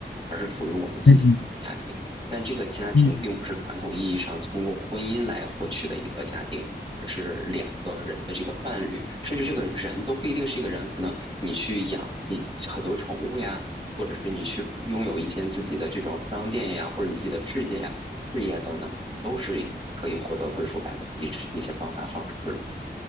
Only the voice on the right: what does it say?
而是属于我们自己的家庭。
但这个家庭并不是传统意义上通过婚姻来获取的一个家庭，
而是两个人的这个伴侣，甚至这个人都不一定是一个人，可能你去养你很多宠物呀，或者是你去拥有一间自己的这种商店呀，或者你自己的世界呀、事业啊等等，都是可以获得归属感的一一些方法方式。